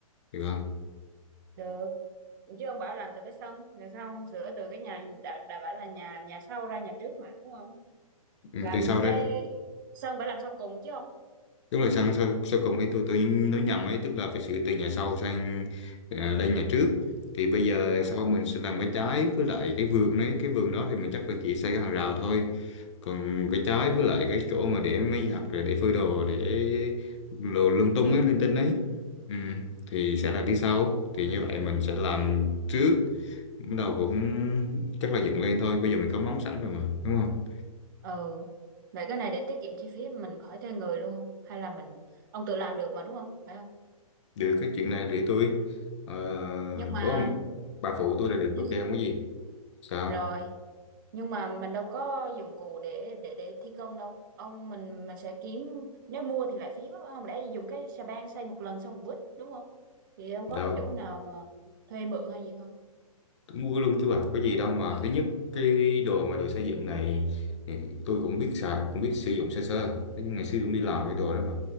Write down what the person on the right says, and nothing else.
Được, chứ ông bảo làm từ cái sân, rồi sao ông sửa từ cái nhà đã, đã bảo là nhà nhà sau ra nhà trước mà đúng không?
Làm
cái sân phải làm sau cùng chứ không?
Đúng rồi.
Ừ.
Ừ. Vậy cái này để tiết kiệm chi phí mình khỏi thuê người luôn không? Hay là mình ông tự làm được mà đúng không? Phải không?
Nhưng mà
nhưng-
rồi nhưng mà mình đâu có dụng cụ để để để thi công đâu ông mình mình sẽ kiếm nếu mua thì lại phí quá không lẽ dùng cái xà beng xây một lần xong mình vứt đúng không thì ông
có cái chỗ nào mà thuê mượn hay gì không